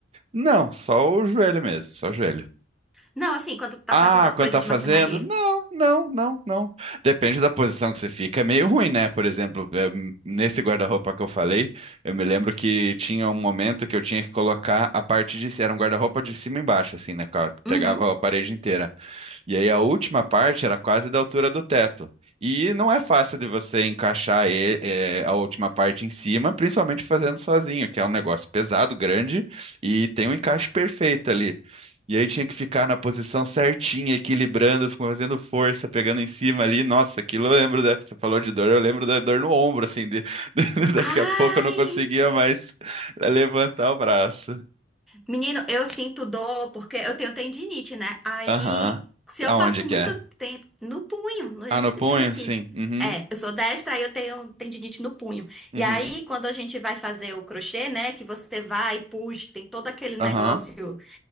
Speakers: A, on the right; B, in the centre.
A: Não, só o joelho mesmo, só o joelho.
B: Não, assim, quando tu tá
A: Ah,
B: fazendo as
A: quando
B: coisas
A: tá fazendo?
B: de marcenaria.
A: Não, não, não, não. Depende da posição que você fica. É meio ruim, né? Por exemplo, eu- nesse guarda-roupa que eu falei, eu me lembro que tinha um momento que eu tinha que colocar a parte de... Era um guarda-roupa de cima e embaixo, assim, né? cara? Pegava
B: Uhum.
A: a parede inteira. E aí a última parte era quase da altura do teto. E não é fácil de você encaixar e- eh, a última parte em cima, principalmente fazendo sozinho, que é um negócio pesado, grande, e tem um encaixe perfeito ali. E aí tinha que ficar na posição certinha, equilibrando, fazendo força, pegando em cima ali. Nossa, aquilo eu lembro da... Você falou de dor, eu lembro da dor no ombro, assim, de... <laughs> daqui
B: Ai!
A: a pouco eu não conseguia mais levantar o braço.
B: Menino, eu sinto dor porque eu tenho tendinite, né? Aí,
A: Aham.
B: se eu
A: Aonde
B: passo
A: que
B: muito
A: é?
B: tempo no punho, nesse
A: Ah, no punho?
B: punho aqui.
A: Sim. Uhum.
B: É, eu sou destra, aí eu tenho tendinite no punho.
A: Uhum.
B: E aí, quando a gente vai fazer o crochê, né? Que você vai, puxa, tem todo aquele negócio.
A: Aham,